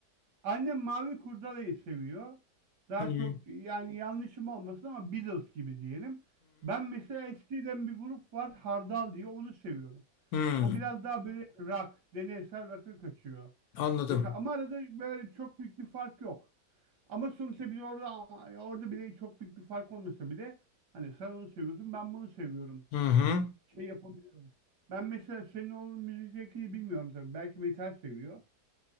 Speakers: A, on the right; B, on the left.
A: Annem Mavi Kurdele'yi seviyor. Daha
B: Hı hı.
A: çok yani yanlışım olmasın ama Beatles gibi diyelim. Ben mesela eskiden bir grup var Hardal diye onu seviyorum.
B: Hı hı.
A: O biraz daha böyle rock, deneysel rock'a kaçıyor.
B: Anladım.
A: Mesela ama arada böyle çok büyük bir fark yok. Ama sonuçta biz orada orada bile çok büyük bir fark olmasa bile hani sen onu seviyorsun ben bunu seviyorum.
B: Hı hı.
A: Şey yapabiliyorum. Ben mesela senin oğlun müzik zevkini bilmiyorum tabii. Belki metal seviyor.